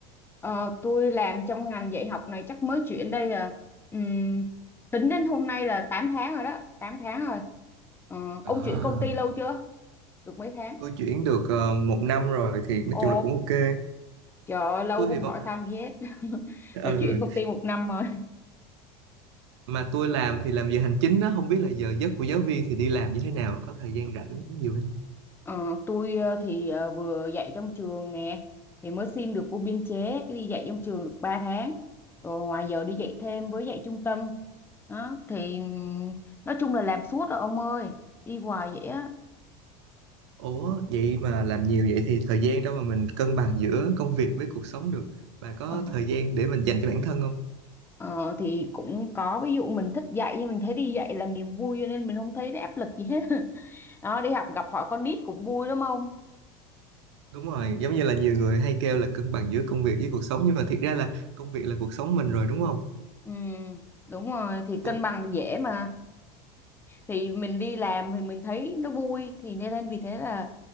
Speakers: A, on the left; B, on the right.
A: ờ, tôi làm trong ngành dạy học này chắc mới chuyển đây à Ừm, tính đến hôm nay là 8 tháng rồi đó 8 tháng rồi Ờ,
B: à,
A: ông chuyển công ty lâu chưa được mấy tháng
B: tôi chuyển được ờ, một năm rồi thì nói
A: ồ
B: chung là cũng ok
A: trời ơi, lâu
B: tôi
A: không
B: thì vẫn
A: hỏi thăm gì hết <laughs>
B: ừ,
A: mà chuyển công ty một năm rồi
B: mà tôi làm thì làm giờ hành chính á không biết là giờ giấc của giáo viên thì đi làm như thế nào có thời gian rảnh nhiều hay không
A: Ờ, tôi ờ, thì ờ, vừa dạy trong trường nè thì mới xin được vô biên chế đi dạy trong trường được ba tháng rồi ngoài giờ đi dạy thêm với dạy trung tâm đó thì ừm, nói chung là làm suốt rồi ông ơi đi hoài vậy á
B: ủa vậy mà làm nhiều vậy thì thời gian đâu mà mình cân bằng giữa công việc với cuộc sống được bà có
A: ờ,
B: thời gian để mình dành cho bản thân không
A: ờ, thì cũng có ví dụ mình thích dạy nhưng mình thấy đi dạy làm niềm vui cho nên mình không thấy nó áp lực gì hết <laughs> đó đi học gặp họ con nít cũng vui lắm không
B: Đúng rồi, giống như là nhiều người hay kêu là cân bằng giữa công việc với cuộc sống nhưng mà thiệt ra là công việc là cuộc sống mình rồi đúng không?
A: ừ, đúng rồi thì
B: Tôi,
A: cân bằng dễ mà thì mình đi làm thì mình thấy nó vui thì nên nên vì thế là